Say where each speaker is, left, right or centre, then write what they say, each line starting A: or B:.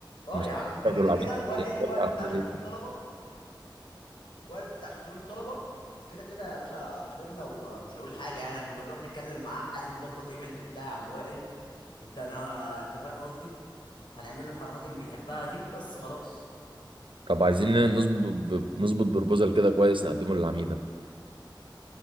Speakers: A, on the left; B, on the right.
A: اه
B: هيرفع-
A: يا عم انت
B: أحمد
A: كده كده وائل وائل
B: والعبد
A: بتاع شؤون الطلبه وائل بتاع شؤون الطلبه كده كده يا باشا حبيبنا ومش هيقول حاجه يعني هنروح نتكلم معاه عايزين نظبط ايفنت بتاع يا عم وائل انت انا انت فاهم قصدي هنعمل له الحركات اللي بيحبها دي بس خلاص
B: طب عايزين نظبط ب- نظبط بروبوزال كده كويس نقدمه للعميدة